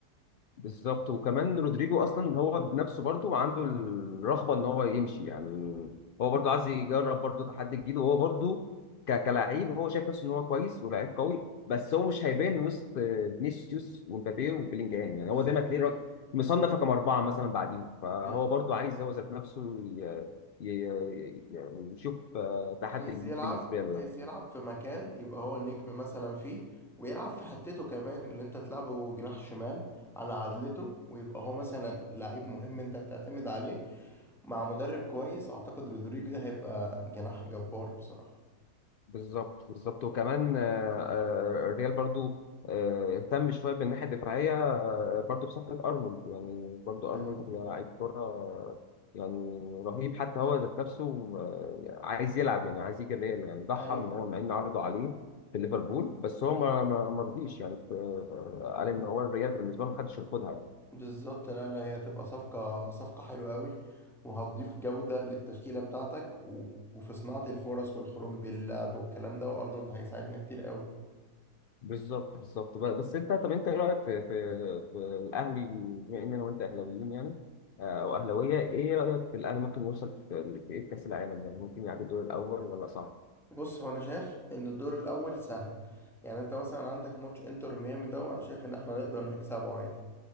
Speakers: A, on the left; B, in the centre.
A: بالظبط وكمان رودريجو اصلا هو بنفسه برضه عنده الرغبه ان هو يمشي يعني هو برضه عايز يجرب برضه تحدي جديد وهو برضه ك- كلاعب هو شايف نفسه ان هو كويس ولاعيب قوي بس هو مش هيبان وسط فينيسيوس ومبابي وبيلينجهام يعني
B: بالظبط
A: هو دايما تلاقيه رق- مصنف رقم اربعه مثلا بعديهم فهو
B: أيوه.
A: برضه عايز هو ذات نفسه ي- ي- ي- يعني يشوف آه، تحدي
B: عايز
A: جديد
B: يلعب
A: بالنسبه له
B: عايز
A: يعني.
B: يلعب في مكان يبقى هو النجم مثلا فيه ويلعب في حتته كمان اللي انت تلعبه جناح شمال على عدلته ويبقى هو مثلا لعيب مهم انت بتعتمد عليه مع مدرب كويس اعتقد رودريجو ده هيبقى جناح جبار بصراحة
A: بالظبط بالظبط وكمان آه، آه، الريال برضه آه، اهتم شويه بالناحيه الدفاعيه برضه بصفقة أرنولد يعني برضه
B: ايوه
A: أرنولد لعيب كرة يعني رهيب حتى هو ذات نفسه آه، عايز يلعب يعني عايز يجي الريال يعني ضحى
B: ايوه
A: إن هو مع إن عرضوا عليه في ليفربول بس هو
B: ايوه
A: ما ما ما رضيش يعني آه، آه، قال إن هو الريال بالنسبة له محدش يرفضها يعني
B: بالظبط لا لا هي هتبقى صفقة صفقة حلوة قوي وهتضيف جودة للتشكيلة بتاعتك و... وفي صناعة الفرص والخروج باللعب والكلام ده وارنولد هيساعدنا كتير قوي
A: بالظبط بالظبط ب- بس أنت طب أنت إيه رأيك في في في الأهلي بما إن أنا وأنت أهلاويين يعني آه، أو أهلاوية إيه رأيك في الأهلي ممكن يوصل في في إيه في كأس العالم يعني ممكن يعدي الدور الأول ولا صعب؟
B: بص هو انا شايف ان الدور الاول سهل يعني انت مثلا عندك ماتش انتر ميامي ده وانا شايف ان احنا نقدر نكسبه عادي